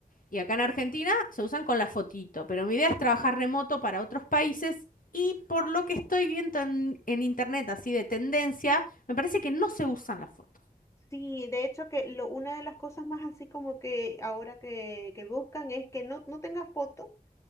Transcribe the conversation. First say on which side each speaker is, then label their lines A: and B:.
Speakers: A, on the left; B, on the left.
A: y acá en Argentina se usan con la fotito. Pero mi idea es trabajar remoto para otros países y por lo que estoy viendo en, en internet, así de tendencia, me parece que no se usan las fotos.
B: Sí, de hecho que lo, una de las cosas más así como que ahora que, que buscan es que no, no tenga foto